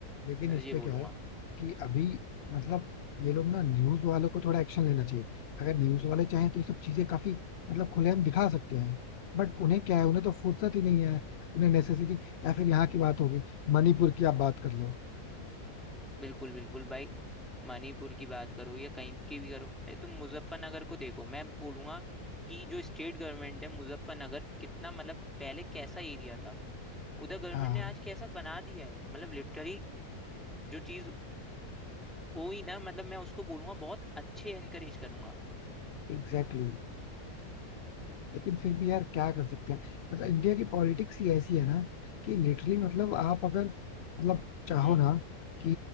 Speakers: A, on the left (about 85°); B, in the centre.
A: लेकिन
B: मैं
A: इसपे
B: तो ये बोलूंगा
A: क्या है कि अभी मतलब ये लोग ना न्यूज वालों को थोड़ा एक्शन लेना चाहिए अगर न्यूज वाले चाहें तो ये सब चीजें काफी मतलब खुलेआम दिखा सकते हैं बट उन्हें क्या है उन्हें तो फुर्सत ही नहीं है उन्हें नेसेसिटी या फिर यहाँ की बात होगी मणिपुर की आप बात कर लो
B: बिल्कुल बिल्कुल भाई मणिपुर की बात करो या कहीं की भी करो अरे तुम मुजफ्फरनगर को देखो मैं बोलूंगा कि जो स्टेट गवर्नमेंट है मुजफ्फरनगर कितना मतलब पहले कैसा एरिया था उधर गवर्नमेंट
A: हाँ
B: ने आज कैसा बना दिया है मतलब लिटरली जो चीज हो ही ना मतलब मैं उसको बोलूंगा बहुत अच्छे एनकरेज करूंगा
A: एग्जैक्टली exactly. लेकिन फिर भी यार क्या कर सकते हैं मतलब इंडिया की पॉलिटिक्स ही ऐसी है ना कि लिटरली मतलब आप अगर मतलब चाहो
B: हम्म
A: ना कि